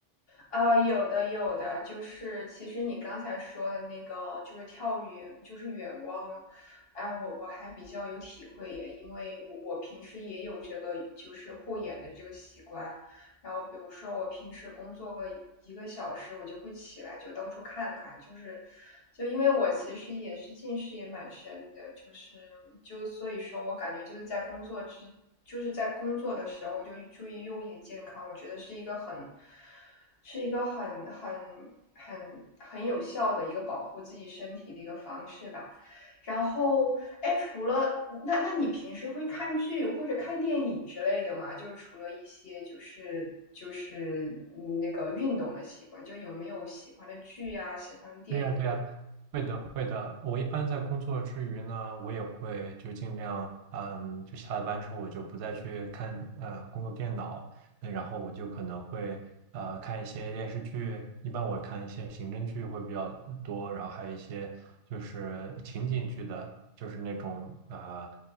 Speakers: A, on the left; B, on the right.
A: 呃，有的有的，就是其实你刚才说的那个，就是跳远，就是远望。哎，我我还比较有体会耶，因为我我平时也有这个就是护眼的这个习惯。然后比如说我平时工作个一个小时，我就会起来就到处看看，就是就因为我其实也是近视也蛮深的，就是就所以说我感觉就是在工作之就是在工作的时候就注意用眼健康，我觉得是一个很是一个很很很很有效的一个保护自己身体的一个方式吧。然后，哎，除了那，那你平时会看剧或者看电影之类的吗？就是除了一些就是就是嗯那个运动的习惯，就有没有喜欢的剧呀、喜欢的电影
B: 对呀，对呀，会的，会的。我一般在工作之余呢，我也会就尽量，嗯，就下了班之后，我就不再去看嗯，工作电脑，那然后我就可能会呃看一些电视剧，一般我看一些刑侦剧会比较多，然后还有一些就是情景剧的，就是那种呃